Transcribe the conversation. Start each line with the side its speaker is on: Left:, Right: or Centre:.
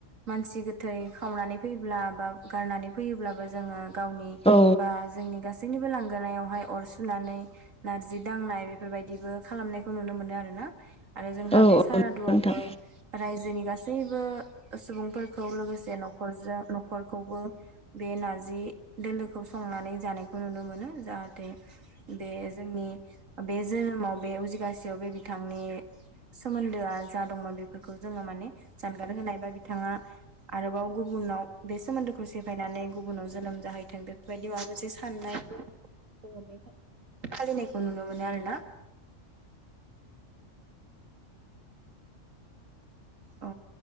Right: मानसि गोथै खावनानै फैयोब्ला बा गारनानै फैयोब्लाबो जोङो गावनि
Centre: औ
Right: बा जोंनि गासैनि बो लांगोनायावहाय अर सुनानै नारजि दांनाय बेफोरबायदिबो खालामनायखौ नुनो मोनो आरो ना। आरो जोंहा
Centre: औ
Right: बे सारादुआवबो
Centre: औ नोंथां
Right: रायजोनि गासैबो सुबुंफोरखौ लोगोसे न'खरजों न'खरखौबो बे नारजि दोलोखौ संनानै जानायखौ नुनो मोनो जाहाथे बे जोंनि बे जोनोमाव बे उजिबासियाव बे बिथां बिथांनि सोमोन्दोआ जा दंमोन बेफोरखौ जोङो माने जानगार होनाय बा बिथाङा आरोबाव गुबुनाव बे सोमोन्दोखौ सिफायनानै गुबुनाव जोनोम जाहैथों बेफोरबायदि माबा मोनसे साननाय
Centre: <inaudible>
Right: जोङो बे खान्थिखौ फालिनायखौ नुनो मोनो आरो ना औ